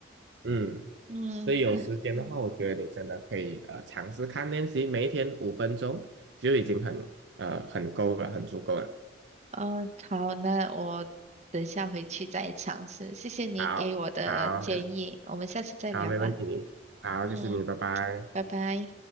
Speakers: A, on the right; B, on the right.
A: 嗯，
B: 嗯
A: 所以有时间的话，我觉得你真的可以呃尝试看练习，每一天五分钟就已经很呃很够了，很足够了。
B: 哦好，那我等下回去再尝试。谢谢你给我的建议，
A: 好，好，没
B: 我们下次再聊吧。
A: 好，没问题。好，
B: 嗯，
A: 谢谢你，拜拜。
B: 拜拜。